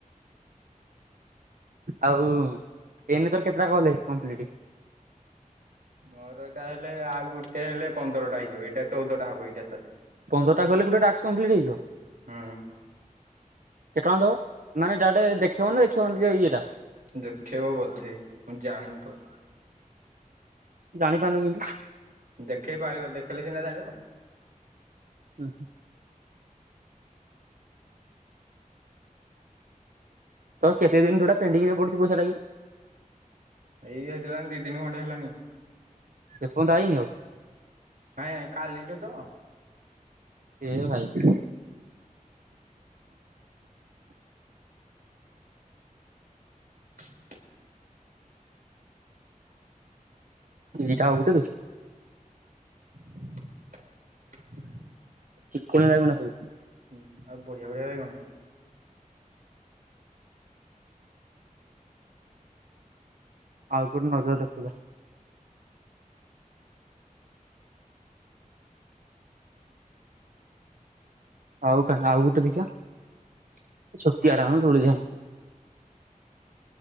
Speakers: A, on the right (about 70°); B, on the right (about 85°).
A: ଆଉ ଏଇନା ତୋର କେତେଟା କଲ ହେଇଛି କମ୍ପ୍ଲିଟ୍।
B: ମୋର ଏଇଟା ହେଲେ ଆଉ ଗୋଟେ ହେଲେ ପନ୍ଦରଟା ହେଇଯିବ ଏଇଟା ଚଉଦଟା ହବ ଏଇଟା ସଇଲେ।
A: ପନ୍ଦରଟା କଲେ ଗୋଟେ ଟାସ୍କ କମ୍ପ୍ଲିଟ୍ ହୋଇଯିବ।
B: ହୁଁ
A: କେତେ ଟଙ୍କା ଦବ ମାନେ ତା ଟେ ଦେଖେଇବ ଦେଖେଇବନି ଏଇଟା।
B: ଦେଖେଇବ ବୋଧେ ମୁଁ ଜାଣିନି ତ
A: ଜାଣିପାରୁନ କେମତି?
B: ଦେଖେଇ ପାରିବ ଦେଖେଇଲେ ସିନା ଜାଣିବ?
A: ଉ ହୁଁ। ତୋର କେତେ ଦିନ ଧରି ପେଣ୍ଡିଙ୍ଗରେ ପଡିଚି ପଇସାଟାକି?
B: ଏଇ ହେଇଗଲାଣି ଦି ଦିନ ଖଣ୍ଡେ ହେଲାଣି।
A: ଏପଯ୍ୟନ୍ତ ଆଇନି ଆଉ।
B: ନାଇଁ ନାଇଁ କାଲିଠୁ ତ
A: ଏ ଭାଇ।
B: <inaudible>
A: ଏଇଟା ଆଉ ଗୋଟେ ବେ।
B: <inaudible>
A: ଚିକ୍ଣଣିଆ ବାଇଗଣରା ସବୁ।
B: ହୁ ଆଉ ବଢିଆ ବଢ଼ିଆ ବାଇଗଣ ତ।
A: ଆଉ କଉଠି ନଜର ଦେଖୁଧା। ଆଉ କାହିଁ ଆଉ ଗୋଟେ ଦେଖିବା ଛୁଟିଆ ଟା ହଁ ତୁଳି ଦିଆ